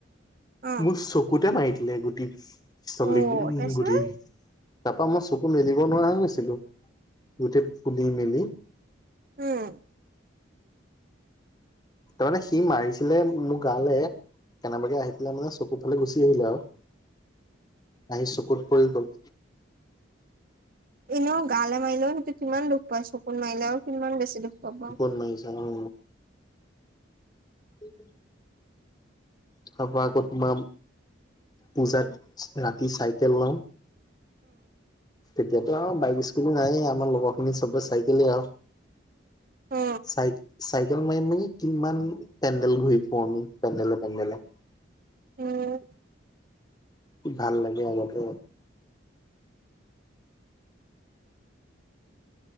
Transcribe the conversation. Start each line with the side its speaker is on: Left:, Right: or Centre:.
Right: অ
Left: মোৰ চকুতে মাৰি দিলে গুটি চলী
Right: অ তাৰপিছত
Left: গুটি। তাৰপা মই চকু মেলিব নোৱাৰা হৈছিলো, গোটেই ফুলি মেলি।
Right: উম।
Left: তাৰমানে সি মাৰিছিলে মোৰ গালে। কেনেবাকে আহি পেলাই মানে চকু ফালে গুচি আহিলে আৰু। আহি চকুত পৰি গ'ল।
Right: এনেও গালে মাৰিলেও সেইটো কিমান দুখ পায় চকুত মাৰিলেও কিমান বেছি দুখ পাব?
Left: চকু মাৰিছে অ। উম। তাৰ পৰা আকৌ তোমাৰ পূজাত ৰাতি চাইকেল লও। তেতিয়াতো আৰু বাইক স্কুল নাই আমাৰ লগত আপুমি চবে চাইকেলে আও
Right: অ
Left: চাই চাইকেল মাৰি মেলি কিমান পেণ্ডেল ঘূৰি ফুৰো আমি পেণ্ডেলে পেণ্ডেলে।
Right: উম।
Left: ভাল লাগে আগতে।